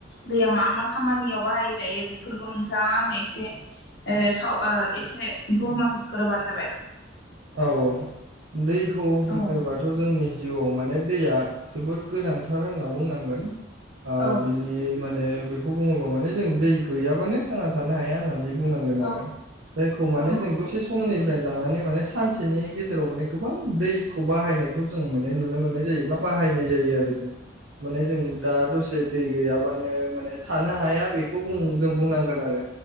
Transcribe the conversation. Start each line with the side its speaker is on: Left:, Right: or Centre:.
Left: दैया मा मा खामानियाव बाहायजायो बेफोरखौ नोंथाङा आंनो एसे ओ साव ओ एसे बुंलां ग्रोबानो जाबाय
Right: औ औ दैखौ होनोबाथ
Left: औ
Right: जोंनि जिउआव माने दैया जोबोद गोनांथार होनना बुंनांगोन ओ
Left: औ
Right: बिनि माने बेखौ बुङोबा माने जों दै गैयाबानो थांना थानो हाया होननानै बुंनांगोन
Left: औ
Right: आरो जायखौ माने
Left: औ
Right: जों दसे समनिफ्राय लानानै माने सानसेनि गेजेराव माने गोबां दैखौ बाहायनायखौ जों माने नुनो मोननाय जायो बा बाहायनाय जायो आरो जों माने जों दा दसे दै गैयाबानो माने थानो हाया बेखौ बुं जों बुंनां गोन आरो